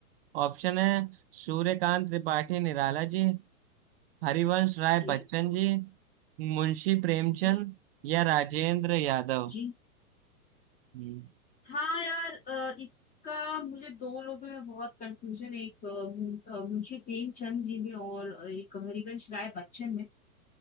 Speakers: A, on the right (about 40°); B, on the left (about 20°).
A: ऑप्शन है सूर्यकांत त्रिपाठी निराला जी हरिवंश राय
B: जी
A: बच्चन जी मुंशी प्रेमचंद
B: जी
A: या राजेंद्र यादव
B: जी
A: हम्म,
B: हाँ यार अ, इसका मुझे दो लोगों में बहुत कंफ्यूजन है एक अ, मु- अ, मुंशी प्रेमचंद जी में और अ, एक हरिवंश राय बच्चन में